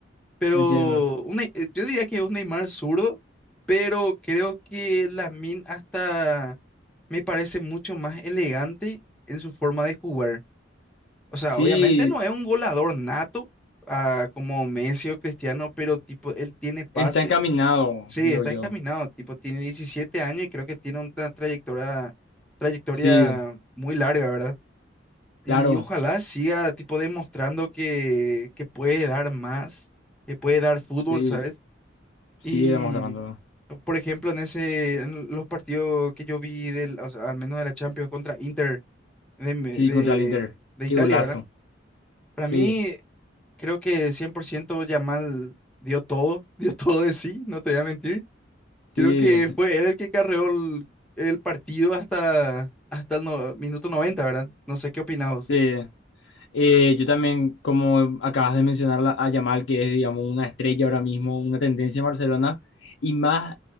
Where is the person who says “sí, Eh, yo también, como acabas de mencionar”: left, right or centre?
Left